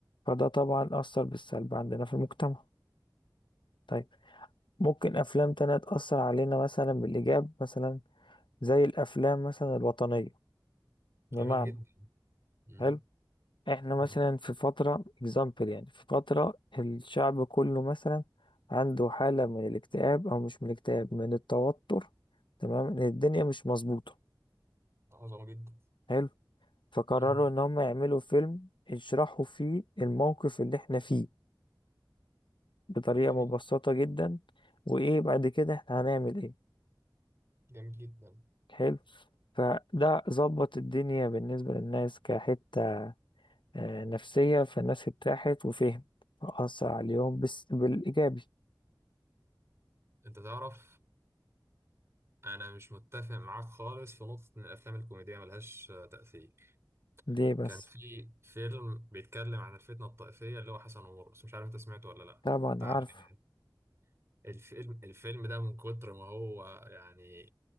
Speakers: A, on the left; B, on the right.
A: فده طبعا أثر بالسلب عندنا في المجتمع طيب ممكن أفلام تانية تأثر علينا مثلا بالإيجاب مثلا زي الأفلام مثلا الوطنية بمعنى
B: جميل جدا مم.
A: حلو إحنا مثلا
B: مم.
A: في فترة example يعني في فترة الشعب كله مثلا عنده حالة من الاكتئاب أو مش من الاكتئاب من التوتر تمام إن الدنيا مش مظبوطة
B: عظمة جدا
A: حلو فقرروا
B: مم.
A: إن هم يعملوا فيلم يشرحوا فيه الموقف اللي إحنا فيه بطريقة
B: جميل
A: مبسطة جدا وإيه بعد كده إحنا هنعمل إيه
B: جميل جدا
A: حلو فده ظبط الدنيا بالنسبة للناس كحتة آه، نفسية فالناس ارتاحت وفهم فأثر عليهم بس بالإيجابي
B: انت تعرف انا مش متفق معاك خالص في نقطة ان الافلام الكوميدية ملهاش آه، تأثير
A: ليه بس
B: كان في فيلم بيتكلم عن الفتنة الطائفية اللي هو حسن ومرقص مش عارف انت سمعته ولا لا
A: طبعا
B: بتاع
A: عارفه
B: عادل امام الفيلم الفيلم ده من كتر ما هو يعني